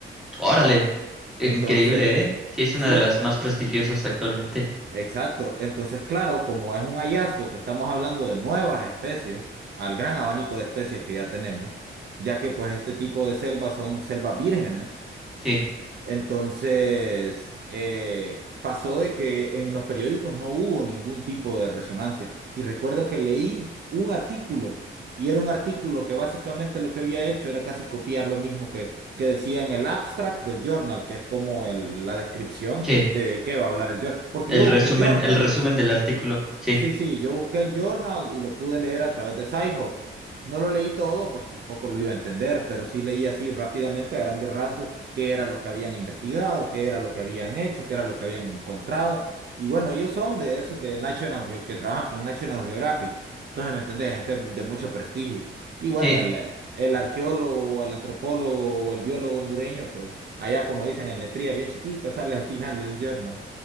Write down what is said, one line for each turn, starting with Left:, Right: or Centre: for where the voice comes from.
Centre: Órale, increíble,
Right: Entonces,
Centre: ¿eh? Sí, es
Right: sí,
Centre: una de
Right: e-
Centre: las más prestigiosas actualmente.
Right: exacto. Entonces, claro, como es un hallazgo que estamos hablando de nuevas especies, al gran abanico de especies que ya tenemos, ya que pues este tipo de selvas son selvas vírgenes.
Centre: Sí,
Right: Entonces, eh, pasó de que en los periódicos no hubo ningún tipo de resonancia. Y recuerdo que leí un artículo, y era un artículo que básicamente lo que había hecho era casi copiar lo mismo que, que decía en el abstract del journal, que es como el- la descripción
Centre: sí.
Right: de qué va a hablar el journal. Porque
Centre: El
Right: yo
Centre: resumen,
Right: busqué el journal.
Centre: el resumen del artículo. Sí,
Right: Sí, sí, yo busqué el journal y lo pude leer a través de SciHub. No lo leí todo, pues tampoco lo iba a entender, pero sí leí así rápidamente a grandes rasgos qué era lo que habían investigado, qué era lo que habían hecho, qué era lo que habían encontrado. Y bueno, ellos son de esos de National, Ge- que trabajan con National Geographic. Entonces, ¿me entendés? Gente de mucho prestigio. Y bueno,
Centre: sí.
Right: el, eh, el arqueólogo, el antropólogo o el biólogo hondureño, pues allá como dicen en letrías bien chiquitas, sale al final del journal.